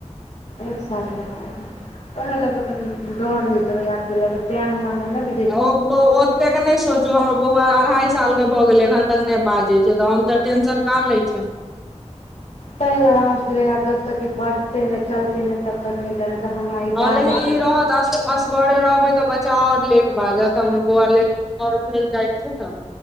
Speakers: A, on the left (about 65°); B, in the centre.
A: एक साल ब वेहे लक कनि दौड़ होइत रहै तें हमरा लग
B: ओ ब ओतेक नहि सोचू हमर बौआ अढ़ाई साल के भए गेलै एखन तक नहि बाजय छैय तऽ हम तऽ टेंशन काहां लै छी।
A: ता दौरान हम सोचले आब जब तक बते ने चलते ने तब तक नहि तऽ हमरा ई
B: हँ
A: दादी
B: लेकिन ई
A: जी
B: रहत अस असगरे रहबै तऽ बच चा आओर लेट बाजत हमर बौआ लेट <unintelligible> छैय ने